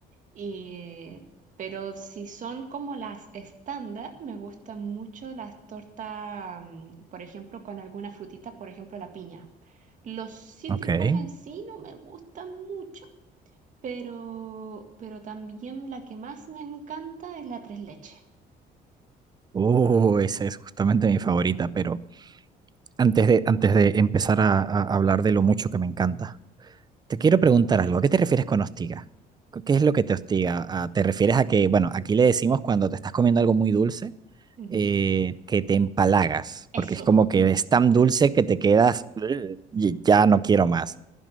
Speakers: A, on the right; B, on the right.
A: Y, pero si son como las estándar, me gustan mucho las tortas, mm, por ejemplo, con alguna frutita, por ejemplo, la piña. Los cítricos
B: Ok.
A: en sí no me gustan mucho, pero, pero también la que más me encanta es la tres leches.
B: Uh, esa es justamente mi favorita, pero Antes de, antes de empezar a, a hablar de lo mucho que me encanta, te quiero preguntar
A: <laughs>
B: algo. ¿A qué te refieres con hostiga? ¿Qué es lo que te hostiga? ¿A- ¿Te refieres a que, bueno, aquí le decimos cuando te estás comiendo algo muy dulce,
A: Ujú.
B: eh, que te empalagas,
A: Eso.
B: porque es como que es tan dulce que te quedas, "Y- ya no quiero más.